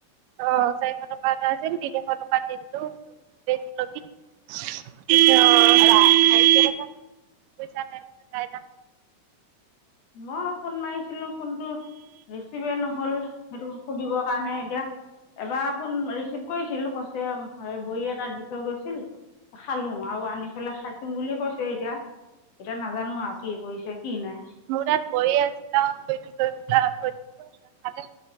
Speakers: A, on the right (about 80°); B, on the left (about 85°).
A: আহ চাৰিশ টকা এটা আছিল তিনিশ টকা দি দিলো বেজি লবি বুলি। তাৰপিছত পইচা নাই।
B: মই ফোন মাৰিছিলো ফোনটো ৰিচিভে নহ'ল। সেইটো সুধিবৰ কাৰণে এতিয়া এবাৰ ফোন ৰিচিভ কৰিছিল সস্তীয়া বড়ি এটা দি থৈ গৈছিল খালোঁ‌ আৰু আনি পেলাই খাইছো বুলি। কৈছে এতিয়া। এতিয়া নাজানো আৰু কি কৰিছে কি নাই।
A: মোৰ তাত গৈয়ে আছিলা গৈ গৈ পেলাই গৈছিলোঁ‌। খালি